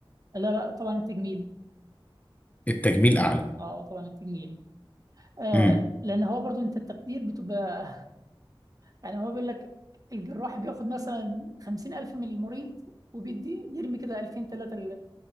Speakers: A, on the right; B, on the left.
A: لا لا طبعا التجميل
B: التجميل اعلى
A: اه طبعا التجميل آه
B: امم <laughs>
A: لان هو برضو انت التقدير بتبقى يعني هو بيقول لك الجراح بياخد مثلا خمسين ألف من المريض وبيدي يرمي كده ألفين تلاتة